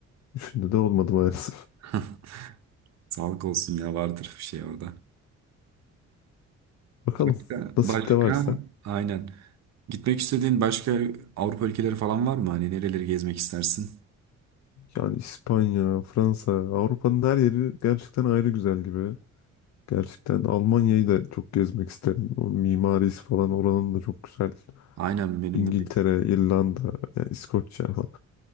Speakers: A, on the left (about 65°); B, on the right (about 60°).
A: Üçünde de olmadı maalesef.
B: <laughs> sağlık olsun ya vardır bir şey orada.
A: <laughs> Bakalım
B: Başka?
A: nasip
B: başka
A: de varsa.
B: Aynen. Gitmek istediğin başka Avrupa ülkeleri falan var mı? Hani nereleri gezmek istersin?
A: Yani İspanya, Fransa, Avrupa'nın her yeri gerçekten ayrı güzel gibi. Gerçekten Almanya'yı da çok gezmek isterim. O mimarisi falan oranın da çok güzel.
B: Aynen benim
A: İngiltere,
B: de. bir-
A: İrlanda, yani İskoçya falan.